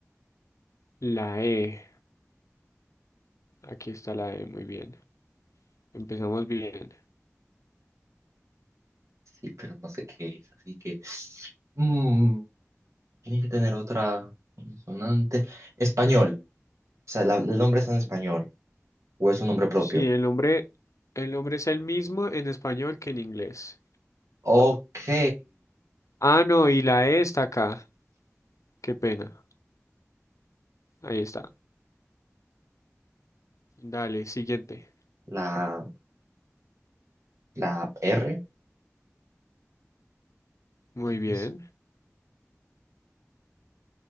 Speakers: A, on the left; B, on the right.
A: La E. Aquí está la E, muy bien. Empezamos bien.
B: sí, pero no sé qué es, así que mm, tiene que tener otra consonante. Español, o sea, la- el nombre está en español o es un nombre propio.
A: Sí, el nombre, el nombre es el mismo en español que en inglés.
B: Ok,
A: Ah, no, y la E está acá. Qué pena. Ahí está. Dale, siguiente.
B: la, la R,
A: Muy
B: tal
A: bien.
B: vez.